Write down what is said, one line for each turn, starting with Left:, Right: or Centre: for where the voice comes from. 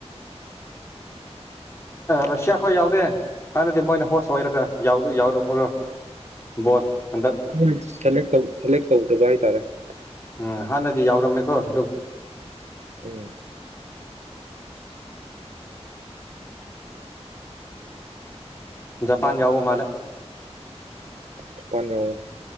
Left: Russia ꯈꯣꯏ ꯌꯥꯎꯗꯦ ꯍꯥꯟꯅꯗꯤ ꯃꯣꯏꯅ ꯍꯣꯁ ꯑꯣꯏꯔꯒ ꯌꯥꯎꯗ ꯌꯥꯎꯗꯕ ꯕꯣꯜ ꯍꯟꯗꯛ
Right: ꯎꯝ ꯁꯦꯂꯦꯛ ꯇꯧ ꯁꯦꯂꯦꯛ ꯇꯧ ꯗꯕꯥꯏ ꯍꯥꯢꯇꯥꯔꯦ <unintelligible>
Left: ꯎꯝ ꯍꯥꯟꯅꯗꯤ ꯌꯥꯎꯔꯝꯃꯦꯀꯣ ꯑꯗꯨꯝ
Right: ꯎꯝ
Left: ꯖꯄꯥꯟ ꯌꯥꯎꯕ ꯃꯥꯂꯦ
Right: ꯖꯄꯥꯟ ꯌꯥꯎ ꯑꯦ